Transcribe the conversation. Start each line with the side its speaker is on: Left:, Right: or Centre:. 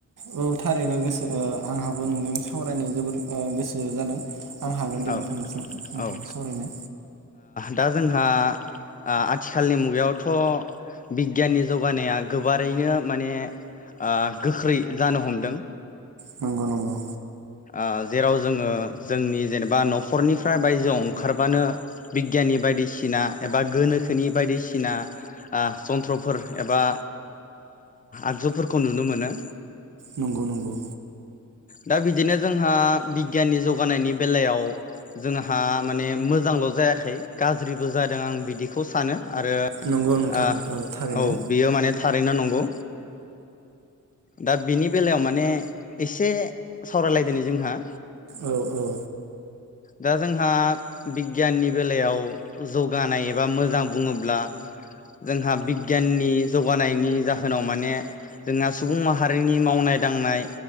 Right: औ थारैनो गोसो ओ आंहाबो नोंजों सावरायनो जोबोर ओ गोसो जादों। आं हागोन दे
Left: औ
Right: नोंथां
Left: औ
Right: नोंथांजों
Left: ओ
Right: सावरायनो।
Left: दा जोंहा आ-आथिखालनि मुगायावथ' बिगियाननि जौगानाया गोबारैनो माने आ गोख्रै जानो हमदों
Right: नंगौ नंगौ।
Left: आ जेराव जोङो जोंनि जेनेबा न'खरनिफ्राय बायजोआव ओंखारबानो बिगियाननि बायदिसिना एबा गोनोखोनि बायदिसिना आ जन्थ्रफोर एबा आगजुफोरखौ नुनो मोनो।
Right: नंगौ नंगौ।
Left: दा बि दिनो जोंहा बिगियाननि जौगानायनि बेलायाव जोंहा माने मोजांल' जायाखै गाज्रिबो जादों आं बिदिखौ सानो। आरो
Right: नंगौ नोंथां
Left: आ
Right: थारैनो
Left: औ बियो माने थारैनो नं गौ दा बेनि बेलायाव माने एसे सावरायलायदोनि जोंहा।
Right: औ औ।
Left: दा जोंहा बिगियाननि बेलायाव जौगानाय एबा मोजां बुङोब्ला जोंहा बिगियाननि जौगानायनि जाहोनाव माने जोंहा सुबुं माहारिनि मावनाय दांनाय